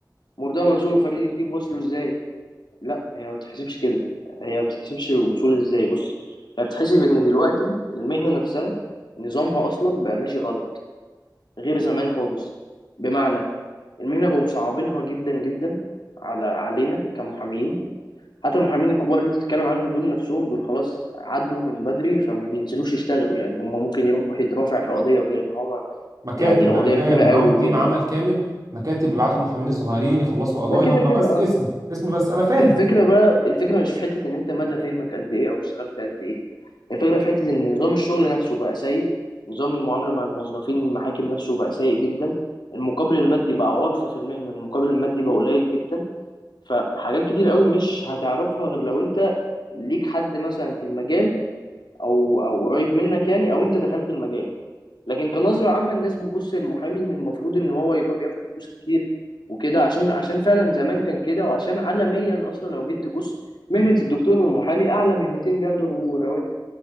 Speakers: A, on the left; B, on the right.
A: وده منظور فريد دي بوصله ازاي لا هي ما بتحسبش كده هي ما بتحسبش الوصول ازاي بص هي بتحسب ان دلوقتي المهنه نفسها نظامها اصلا بقى ماشي غلط غير زمان خالص بمعنى المهنه بقوا مصعبينها جدا جدا على علينا كمحامين حتى المحامين الكبار اللي انت بتتكلم عنهم دول نفسهم دول خلاص عدوا من بدري فما بينزلوش يشتغلوا يعني هم ممكن يروح يترافع في قضية وكده كان هما
B: مكاتب
A: يعني لو
B: انا
A: قضية
B: فاهم
A: كبيرة قوي
B: معاهم
A: وكده
B: تيم عمل كامل مكاتب بيبعتوا المحامين الصغيرين يخلصوا قضايا
A: ده كده
B: هم
A: كده
B: بس
A: اه
B: اسم اسم بس انا فاهم
A: الفكرة بقى الفكرة مش في حتة ان انت مدى فهمك قد ايه او اشتغلت قد ايه الفكرة في حتة ان نظام الشغل نفسه بقى سيء نظام المعاملة مع الموظفين المحاكم نفسه بقى سيء جدا المقابل المادي بقى عرف في المهنة المقابل المادي بقى قليل جدا فحاجات كتير قوي مش هتعرفها غير لو انت ليك حد مثلا في المجال او او قريب منك يعني او انت دخلت المجال لكن كنظره عامه الناس بتبص للمحامي ان المفروض ان هو يبقى بياخد فلوس كتير وكده عشان عشان فعلا زمان كان كده وعشان عالميا اصلا لو جيت تبص مهنه الدكتور والمحامي اعلى مهنتين بياخدوا الرو- الرواتب